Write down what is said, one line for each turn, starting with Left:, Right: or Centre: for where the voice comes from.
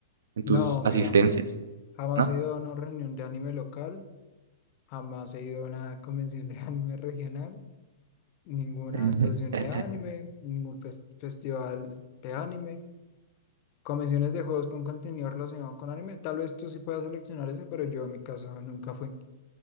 Right: en tus
Left: no,
Right: asistencias?
Left: mira, jamás
Right: ¿No?
Left: he ido a una reunión de anime local, jamás he ido a una convención de <laughs> anime regional, ninguna
Right: <laughs>
Left: exposición de anime, ningún fes- festival de anime. Convenciones de juegos con contenido relacionado con anime. Tal vez tú sí puedas seleccionar ese, pero yo en mi caso nunca fui.